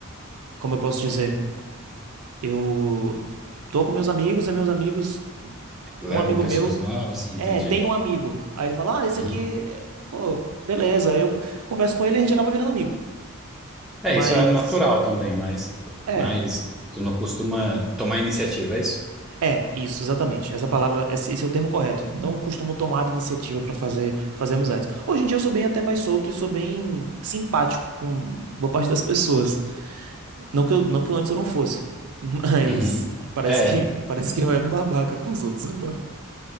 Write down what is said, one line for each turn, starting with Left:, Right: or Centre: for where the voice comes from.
Right: como eu posso dizer? Eu tô com meus amigos, e meus amigos.
Centre: levam
Right: um amigo
Centre: pessoas
Right: meu,
Centre: novas, entendi.
Right: é, tem um amigo. Aí ele fala, ah, esse
Centre: Uhum.
Right: aqui, é, pô, beleza. Aí eu converso com ele e a gente acaba virando amigo.
Centre: É,
Right: Mas,
Centre: isso é natural também, mas,
Right: é,
Centre: mas tu não costuma tomar iniciativa, é isso?
Right: é, isso, exatamente. Essa palavra, esse, esse é o termo correto. Não costumo tomar iniciativa pra fazer, fazer amizades. Hoje em dia eu sou bem até mais solto e sou bem simpático com boa parte das pessoas. Não que eu, não que eu antes eu não fosse. <laughs> Mas
Centre: Uhum.
Right: parece
Centre: É,
Right: que, parece que eu era um babaca com os outros agora.